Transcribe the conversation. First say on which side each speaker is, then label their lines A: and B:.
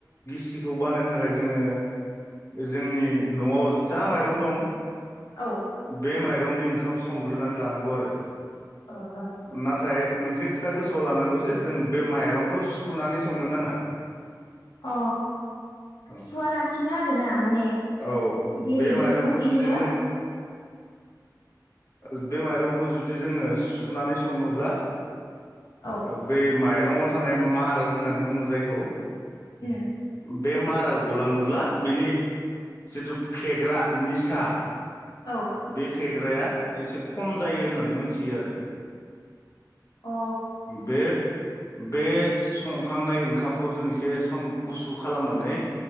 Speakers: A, on the left; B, on the left.
A: सिखौ बानायनो थाखाय जोङो जोंनि न'आव जा माइरं दं
B: औ
A: बे माइरंनि ओंखाम स संग्रोनानै लानांगौ आरो।
B: ओ ओं
A: नाथाय मोन जे खोथा गोसोआव लानांगौ जे जों। बे माइरंखौ सुनानै संनो नाङा।
B: अ
A: औ
B: सुवालासिनो आरो ना माने
A: औ
B: जेरै
A: बे माइरंखौ
B: दोङो
A: जुदि
B: इदिनो।
A: ओ बे माइरंखौ जुदि जोङो सुनानै सङोब्ला।
B: औ
A: ओ बे माइब रंआव थानाय मार होननानै बुङो जायखौ।
B: उम
A: बे मारा गलाङोब्ला बिनि जिथु फेग्रा निसा।
B: औ
A: बे फे ग्राया एसे खम जायो होननानै मोनथियो आरो।
B: अ ओ
A: बे बे संखांनाय ओंखामखौ जों एसे सम गुसु खालामनानै